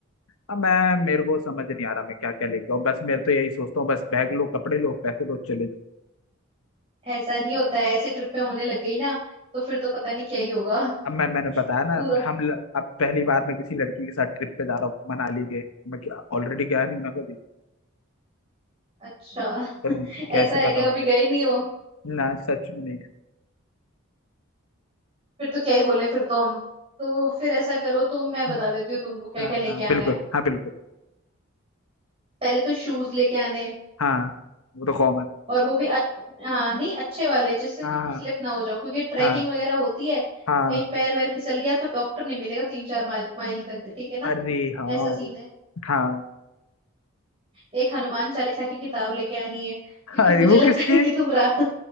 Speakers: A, on the left (about 85°); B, on the right (about 30°).
A: अब मैं मेरे को समझ नहीं आ रहा मैं क्या क्या लेके आऊँ बस मेरे तो यही सोचता हूँ बस बैग लो कपड़े लो पैसे लो चले जाओ
B: ऐसा नहीं होता है ऐसे ट्रिप में होने लग गई ना तो फिर तो पता नहीं क्या ही होगा
A: अब मैं
B: <laughs>
A: मैंने बताया ना
B: पूरा
A: हम ल- अब पहली बार मैं किसी लड़की के साथ ट्रिप पे जा रहा हूँ मनाली गए मैं ऑलरेडी गया नहीं हूं ना कभी
B: अच्छा
A: पर
B: <laughs> ऐसा
A: कैसे
B: है
A: पता
B: क्या
A: होगा
B: कभी गए नहीं हो
A: ना सच में नहीं गया
B: फिर तो क्या ही बोले फिर तो हम तो फिर ऐसा करो तो मैं बता
A: तो
B: देती हूँ तुमको क्या
A: हाँ
B: क्या लेके
A: हाँ
B: आना
A: बिल्कुल
B: है
A: हाँ बिल्कुल
B: पहले तो शूज लेके आने हैं
A: हाँ वो तो कॉमन है
B: और वो भी अच्छ, हाँ नहीं अच्छे वाले जिससे तुम
A: हाँ
B: स्लिप
A: हाँ
B: ना हो जाओ क्योंकि ट्रैकिंग
A: हाँ
B: वगैरह होती है
A: हाँ
B: कहीं पैर वैर फिसल गया तो डॉक्टर नहीं मिलेगा तीन चार माइल माइल तक ठीक है ना
A: अरे हाँ
B: ऐसा सीन
A: वे-
B: है
A: हाँ
B: एक हनुमान चालीसा की किताब लेके आनी है क्योंकि
A: अरे
B: मुझे
A: वो
B: लगता
A: किस लिए
B: है कि तुम रा <laughs>